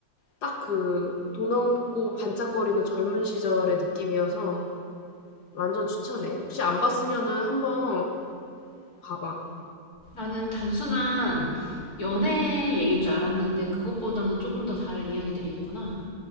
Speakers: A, on the left; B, on the left.
A: 딱 그 돈 없고 반짝거리는 젊은 시절의 느낌이어서 완전 추천해. 혹시 안 봤으면은 한번 봐봐.
B: 나는 단순한 연애 얘기인 줄 알았는데 그것보다는 조금 더 다른 이야기들이 있구나.